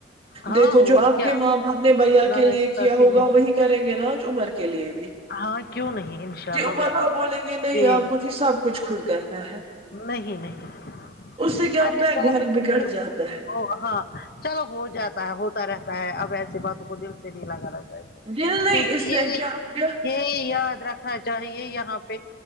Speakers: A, on the left; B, on the right.
A: ہاں
B: دیکھو جو
A: اور
B: آپ
A: کیا
B: کے ماں باپ نے بھیا
A: نا
B: کے لیے
A: انصافی
B: کیا ہوگا
A: نہیں
B: وہی کریں گے نا آج عمر کے لیے بھی
A: ہاں کیوں نہیں انشاء
B: جی
A: اللہ
B: عمر
A: وہی
B: کو بولیں گے نہیں
A: جی
B: اب مجھے سب کچھ خود کرنا ہے
A: نہیں نہیں
B: اس سے کیا ہوتا
A: ارے
B: ہے
A: <unintelligible>
B: گھر بگڑ جاتا ہے
A: ہاں چلو ہو جاتا ہے ہوتا رہتا ہے اب ایسی باتوں کو دل سے نہیں لگانا چاہیے
B: دل نہیں
A: کیونکہ
B: اس سے
A: یہ
B: کیا ہو گیا
A: یہ یاد رکھ نا چاہیے یہاں پہ